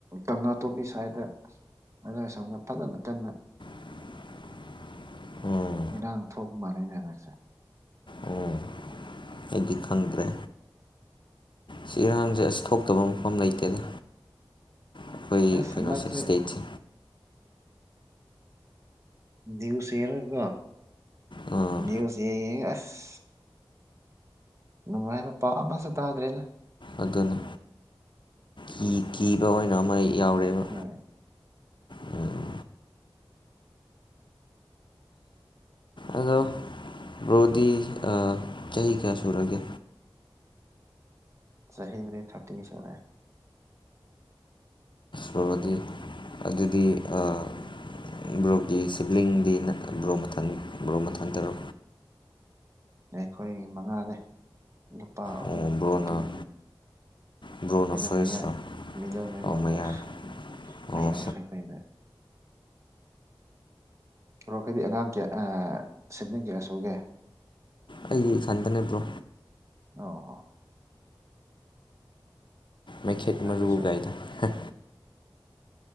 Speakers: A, on the right; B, on the left.
A: ꯀꯪꯂ ꯇꯣꯝꯕꯤ ꯁꯥꯏꯗ ꯑꯗꯨꯏ ꯁꯣꯝꯅ ꯐꯖꯅ ꯀꯟꯅ
B: <inaudible> ꯎꯝ
A: ꯏꯔꯥꯡ ꯊꯣꯛ ꯃꯥꯂꯦꯅꯦ ꯉꯏꯁꯦ
B: ꯎꯝ ꯑꯩꯗꯤ ꯈꯪꯗ꯭ꯔꯦ ꯁꯤ ꯏꯔꯥꯡꯖꯦ ꯑꯁ ꯊꯣꯛꯇꯕ ꯃꯐꯝ ꯂꯩꯇꯦꯗ ꯑꯈꯣꯏ
A: ꯑꯁ
B: ꯀꯩꯅꯣ
A: ꯍꯟꯗꯛꯁꯦ
B: ꯁꯇꯦꯠꯁꯦ
A: ꯗꯌꯨꯁꯦꯔꯒꯀꯣ
B: ꯑꯥ
A: ꯅ꯭ꯌꯨꯁ ꯌꯦꯡ ꯌꯦꯉ ꯑꯁ ꯅꯨꯉꯥꯏꯔꯦ ꯄꯥ ꯑꯃꯁꯨ ꯇꯥꯗ꯭ꯔꯦꯗ
B: ꯑꯗꯨꯅꯤ ꯀꯤ ꯀꯤꯕ ꯑꯣꯏꯅ ꯑꯃ ꯌꯥꯎꯔꯦꯕ
A: ꯍꯣꯏ
B: ꯎꯝ ꯑꯗꯣ ꯕ꯭ꯔꯣꯗꯤ ꯑꯥ ꯆꯍꯤ ꯀꯌꯥ ꯁꯨꯔꯒꯦ
A: ꯆꯍꯤ ꯕꯨꯗꯤ ꯊꯔꯇꯤ ꯁꯨꯔꯦ
B: ꯕꯔꯣꯗꯤ ꯑꯗꯨꯗꯤ ꯑꯥ ꯕ꯭ꯔꯣꯒꯤ ꯁꯤꯕ꯭ꯂꯤꯡꯗꯤ ꯅꯠ ꯑꯥ ꯕ꯭ꯔꯣ ꯃꯊꯟ ꯕ꯭ꯔꯣ ꯃꯊꯟ ꯇꯔꯣ
A: ꯌꯈꯣꯏ ꯃꯉꯥꯅꯦ ꯅꯨꯄꯥ ꯑꯍꯨꯝ
B: ꯑꯣ ꯕ꯭ꯔꯣꯅ
A: ꯅꯨꯄꯤ ꯑꯅꯤ
B: ꯕ꯭ꯔꯣꯅ
A: ꯑꯩꯅ
B: ꯐꯥꯔꯁꯔꯣ
A: ꯃꯌꯥꯏ ꯃꯤꯗꯜꯃꯦꯟ
B: ꯑꯧ
A: ꯑꯣꯏꯕ
B: ꯃꯌꯥꯏ
A: ꯑꯍꯥ ꯃꯌꯥꯏ
B: ꯑꯣ
A: ꯑꯣꯏꯕ ꯑꯩꯅ ꯕꯔꯣꯈꯣꯏꯗꯤ ꯑꯉꯥꯡ ꯀꯌꯥ ꯑꯥ ꯁꯤꯕꯂꯤꯡ ꯀꯌꯥ ꯁꯨꯒꯦ
B: ꯑꯩꯒꯤ ꯏꯊꯟꯗꯅꯦ ꯕ꯭ꯔꯣ
A: ꯑꯣꯑꯣ
B: ꯃꯩꯈꯦꯠ ꯃꯔꯨ
A: ꯑꯗꯨꯁꯨ
B: ꯒꯥꯏꯗꯣ ꯍꯥ